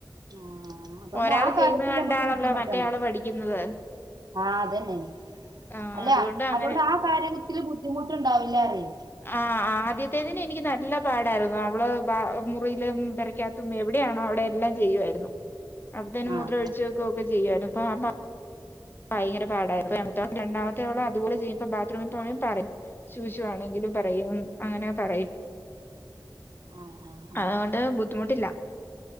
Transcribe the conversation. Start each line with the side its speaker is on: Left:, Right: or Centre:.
Right: ആഹ് അതോണ്ട്
Left: ഒരാള്
Right: ആ കാര്യത്തിൽ
Left: ചെയ്യുന്ന കണ്ടാണല്ലോ
Right: നമുക്ക് ബുദ്ധിമുട്ടണ്ട
Left: മറ്റേയാള് പഠിക്കുന്നത്
Right: ആഹ് അതന്നെ
Left: ആ
Right: അല്ല
Left: അതുകൊണ്ട് അങ്ങനെ
Right: അതോണ്ട് ആ കാര്യത്തില് ബുദ്ധിമുട്ടുണ്ടാവില്ല പറിയേ
Left: ആഹ് ആദ്യത്തേതിന് എനിക്ക് നല്ല പാടായിരുന്നു അവള് ബാ മുറിയിലും പെരക്കാ ത്തും എവിടെയാണോ അവിടെ എല്ലാം ചെയ്യുവായിരുന്നു
Right: <inaudible>
Left: അപ്പത്തന്
Right: ആ
Left: മുത്ര ഒഴിച്ചു
Right: ആ
Left: വെക്കുവ ഒക്കെ ചെയ്യായിരുന്നു ഇപ്പ അപ്പ ഭയങ്കര പാടായിരുന്നു <unintelligible> രണ്ടാമത്തേ ഓളും അതുപലെ ചെയ്യുമ്പ ബാത്റൂമിൽ പോണേ പറയും സൂ സൂ വാണെങ്കിലും പറയും അങ്ങനെ പറയും
Right: <inaudible> ആ ആ ആ
Left: അതോണ്ട് ബുദ്ധിമുട്ടില്ല